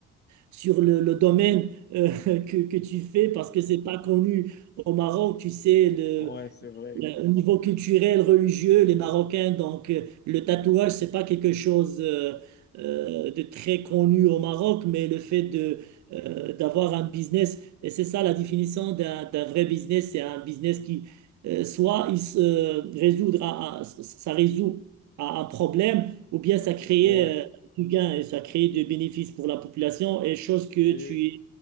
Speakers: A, on the right; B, on the left.
A: sur le, le domaine euh, <laughs> que, que tu fais parce que c'est pas connu au Maroc. Tu sais, le,
B: ouais, c'est vrai.
A: le- au niveau culturel, religieux, les Marocains, donc euh, le tatouage, c'est pas quelque chose euh, euh, de très connu au Maroc, mais le fait de euh, d'avoir un business, et c'est ça la définition d'un d'un vrai business, c'est un business qui euh, soit il se euh, résoudre à- à- ça résout à un problème, ou bien ça crée
B: Ouais.
A: euh, du gain et ça crée du bénéfice pour la population, et chose que
B: Et
A: tu